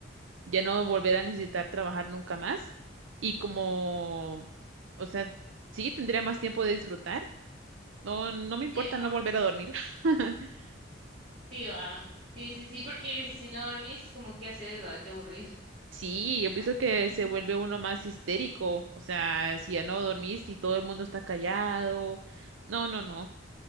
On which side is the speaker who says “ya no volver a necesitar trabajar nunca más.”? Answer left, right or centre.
Right